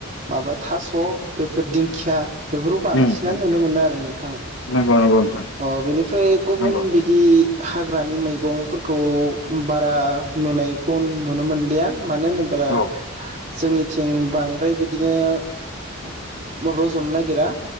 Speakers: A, on the right; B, on the left.
A: माबा थास' बेफोर दिंखिया बेफोरखौ बांसिनानो
B: उम उम
A: नुनो मोनो आरो नोंथां
B: नंगौ नंगौ नोंथां
A: अ बेनिफ्राय गुबुन
B: नंगौ
A: बिदि हाग्रानि मैगंफोरखौ बारा नुनायखौ नुनो मोनलिया मानो होनोब्ला
B: औ
A: जोंनिथिं बां फ्राय बिदिनो रज'न नागिरा